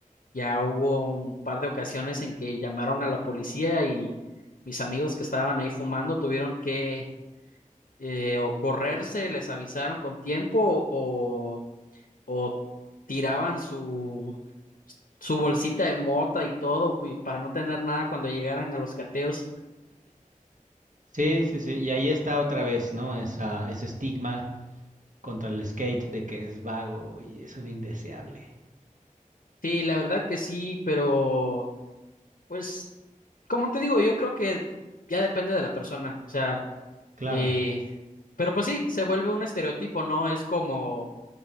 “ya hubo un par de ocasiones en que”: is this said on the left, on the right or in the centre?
Left